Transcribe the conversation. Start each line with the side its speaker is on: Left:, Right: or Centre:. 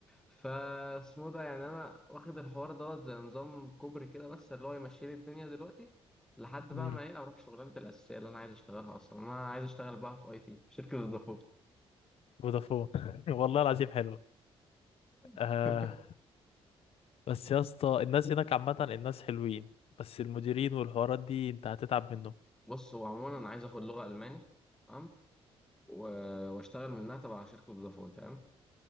Centre: فاسمه ده يعني انا واخد الحوار دوت زي نظام كوبري كده بس اللي هو يمشي لي الدنيا دلوقتي لحد بقى
Left: امم
Centre: ما ايه اروح شغلانه الاساسيه اللي انا عايز اشتغلها اصلا انا عايز اشتغل بقى في اي تي شركه الدخول
Left: فودافون <laughs> والله العظيم حلوه
Centre: <laughs>
Left: آه بس يا اسطى الناس هناك عامه الناس حلوين بس المديرين والحوارات دي انت هتتعب منه
Centre: بص هو عموما انا عايز اخد لغه الماني تمام و- واشتغل منها تبع شركه فودافون فاهم